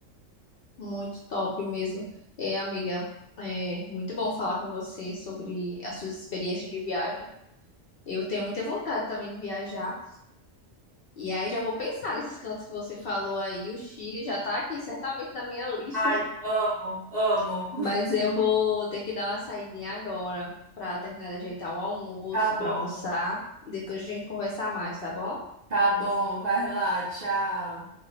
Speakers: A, on the left; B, on the right.
A: Muito top mesmo. É, amiga, é muito bom falar com você sobre as suas experiências de viagem. Eu tenho muita vontade também de viajar. E aí já vou pensar nesses cantos que você falou aí. O Chile já tá aqui certamente na minha lista,
B: Ai, amo, amo.
A: <laughs> mas eu vou ter que dar uma saidinha agora pra terminar de ajeitar o almoço,
B: Tá bom,
A: pra almoçar e depois a gente conversar mais, tá bom?
B: tá bom, vai lá, tchau.